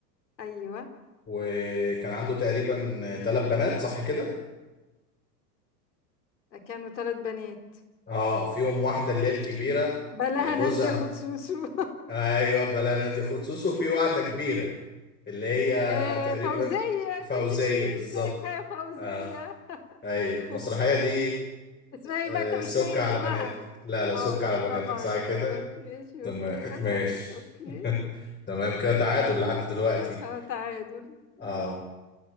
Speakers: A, on the left; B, on the left.
A: ايوه
B: وكان عنده تقريبا ثلاث بنات صح كده؟
A: كانوا ثلاث بنات
B: اه فيهم واحدة اللي هي الكبيرة
A: بلاها
B: آه، جوزها
A: نادية خد سوسو <laughs>
B: ايوه بلا نادية خد سوسو وفي واحدة كبيرة اللي هي
A: إيه
B: تقريبا
A: فوزية
B: فوزية
A: كنت سيبيه
B: بالظبط
A: مساكها يا فوزية
B: آه.
A: <laughs>
B: اي المسرحية
A: اوكي
B: دي
A: اسمها ايه
B: آه،
A: بقى انت مش
B: سك
A: لاقي
B: على
A: اسمها
B: بناتك لا لا سك
A: اه لا
B: على
A: برافو
B: بناتك
A: عليك
B: صح كده
A: خلاص ماشي
B: تمام
A: اوكي كسبت
B: ماشي
A: اوكي
B: <laughs> تمام كده تعادل لحد دلوقتي
A: اه تعادل
B: اه